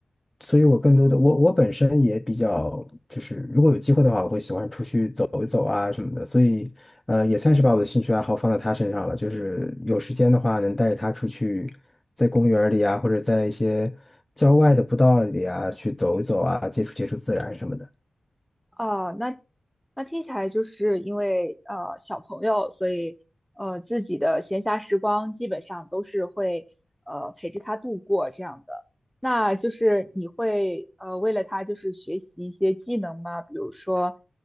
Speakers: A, on the left; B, in the centre.
A: 所以我更多的我我本身也比较就是，如果有机会的话，我会喜欢出去走一走啊什么的，所以呃也算是把我的兴趣爱好放在他身上了，就是有时间的话能带着他出去，在公园儿里啊，或者在一些郊外的步道里啊去走一走啊，接触接触自然什么的
B: 哦，那那听起来就是因为呃小朋友，所以呃自己的闲暇时光基本上都是会呃陪着他度过这样的。那就是你会呃为了他就是学习一些技能吗？比如说